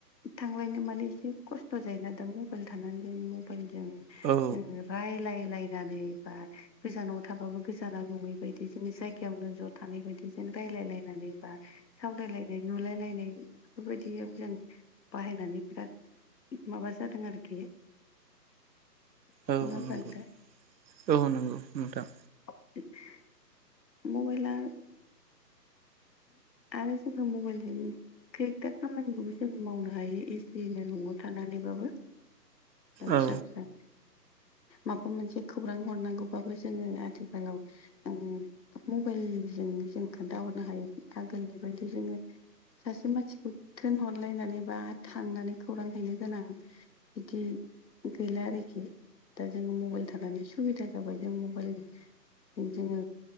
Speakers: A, on the left (about 85°); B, on the right (about 80°).
A: थांलायनो माने एसे खस्थ' जायोना दा मबाइल थानानै जों मबाइलजों
B: औ
A: जोंङो रायलाय लायनानै बा गोजानाव थाबाबो गोजाना नङै बायदि जोंनि जायगायावनो ज' थानाय बायदि जेन रायज्लायलायनानै बा सावरायलायनाय नुलायलायनाय बेफोरबायदियाव जों बाहायनानै बिराद माबा जादों आरोखि नङा
B: औ
A: होमबा
B: नंगौ
A: नोंथां
B: औ नंगौ नोंथां।
A: <unintelligible> मबाइला आरो जोंहा मबाइलजों खैथा खामानिखौबो जों मावनो हायो एजिलि न'आव थानानैबाबो फिसा
B: औ
A: फिसा माबा मोनसे खौरां हरनांगौबाबो जोङो आथिखालाव उम मबाइलजों जों खोन्थाहरनो हायो आगोलनि बायदि जोङो सासे मानसिखौ थोनहरलायनानै बा थांनानै खौरां हैनो गोनां बिदि गैला आरोखि दा जोङो मबाइल थानानै सुबिदा जाबाय जों मबाइल जोङो